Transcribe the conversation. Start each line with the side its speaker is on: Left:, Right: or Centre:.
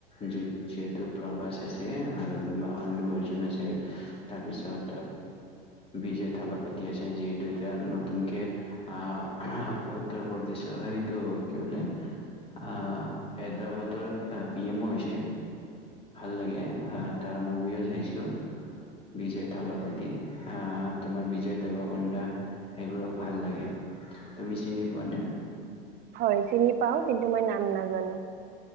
Left: যি-যিহেতু প্ৰভাস আছে আৰু তোমাৰ আল্লু অৰ্জুন আছে তাৰপিছত বিজয় থালাপতি আছে যিহেতু এতিয়া নতুনকে, আহ, উত্তৰ প্ৰদেশৰ সেইটো কি বুলি, আহ, হায়দৰাবাদৰ পি এমও হৈছে। ভাল লাগে আহ তাৰ মুভিও চাইছো, বিজয় থালাপতি, আহ তোমাৰ বিজয় দেৱকোণ্ডা, সেইবোৰক ভাল লাগে। তুমি চিনি পোৱানে?
Right: হয় চিনি পাওঁ, কিন্তু মই নাম নাজানো।